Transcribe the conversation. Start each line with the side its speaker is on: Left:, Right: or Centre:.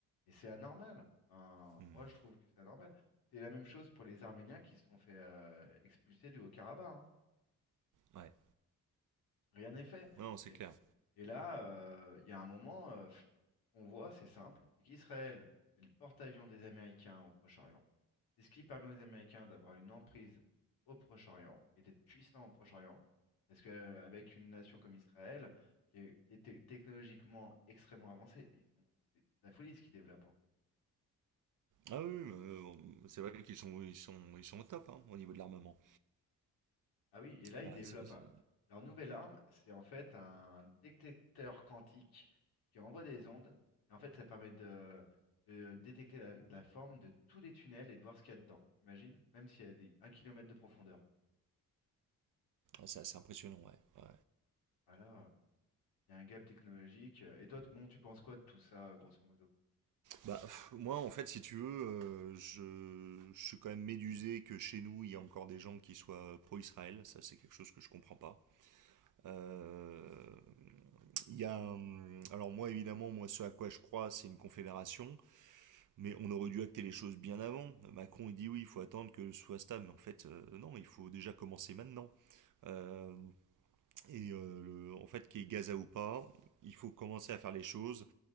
Left: et c'est anormal. Enfin,
Right: Hmm.
Left: moi, je trouve que c'est anormal. C'est la même chose pour les Arméniens qui se sont fait euh, expulser du Haut-Karabakh. hein.
Right: Ouais.
Left: Rien n'est fait.
Right: Non, c'est clair.
Left: Et là, euh, il y a un moment, euh, pff, on voit, c'est simple, c'est qu'Israël, c'est le porte-avions des Américains au Proche-Orient. C'est ce qui permet aux Américains d'avoir une emprise au Proche-Orient et d'être puissants au Proche-Orient. Parce qu'avec une nation comme Israël, qui est qui est te- technologiquement extrêmement avancée, ils sont- c'est c'est de la folie ce qu'ils développent. hein.
Right: Ah oui, mais, euh, bon, c'est vrai qu'ils sont, ils sont, ils sont au top hein, au niveau de l'armement.
Left: Ah oui, et là, ils
Right: Voilà,
Left: développent
Right: c'est c'est-
Left: un-
Right: ouais,
Left: leur nouvelle arme, c'est en fait un détecteur quantique qui envoie des ondes. Et en fait, ça permet de, de détecter la, la forme de tous les tunnels et de voir ce qu'il y a dedans. T'imagines? Même s'il y a des, un kilomètre de profondeur.
Right: c'est assez impressionnant, ouais. ouais.
Left: Voilà, il y a un gap technologique. euh, Et toi, t- bon, tu penses quoi de tout ça, euh, grosso modo?
Right: Bah, pff, moi, en fait, si tu veux, euh, je, je suis quand même médusé que chez nous, il y a encore des gens qui soient pro-Israël. Ça, c'est quelque chose que je comprends pas. Euh, il y a, hum, alors moi évidemment, moi ce à quoi je crois, c'est une confédération, mais on aurait dû acter les choses bien avant. Macron il dit oui, il faut attendre que ce soit stable, mais en fait euh, non, il faut déjà commencer maintenant. Euh, et euh, le- en fait, qu'il y ait Gaza ou pas, il faut commencer à faire les choses